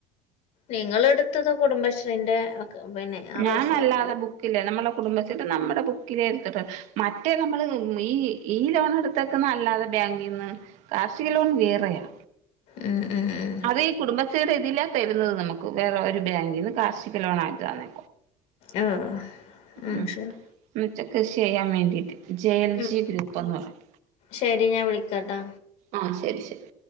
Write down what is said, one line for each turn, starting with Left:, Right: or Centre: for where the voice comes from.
Left: നിങ്ങൾ എടു- ത്തത് കുടുംബശ്രീന്റെ ഒക്കെ പിന്നെ ആ
Right: ഞാൻ
Left: പൈസയാവൂല്ലേ
Right: അല്ലാതെ ബു ക്കില്ലേ നമ്മുടെ കുടുംബശ്രീടെ നമ്മുടെ ബുക്കിലേ എടുത്തിട്ട് മറ്റേ നമ്മൾ ഈ ഈ ലോൺ എടുത്തേക്കുന്ന അല്ലാതെ ബാങ്കീന്ന് കാർഷിക ലോൺ വേറെയാ
Left: ഉം ഉം ഉം
Right: അത് ഈ കുടുംബശ്രീയുടെ ഇതിലാ തരുന്നത് നമുക്ക് വേറെ ഒരു ബാങ്കീന്ന് കാർഷിക ലോൺ ആയിട്ടാ ന്നെ
Left: ആഹ് ആഹ്
Right: മ്
Left: ശരി
Right: മീറ്റ കൃഷിയ്യാൻ വേണ്ടീട്ട്. ജയ ൽ
Left: ഉം
Right: ജി ഗ്രൂപ്പന്ന് പറിം
Left: ശരി ഞാൻ വിളിക്കാട്ടാ
Right: ആ ശെരി ശെരി.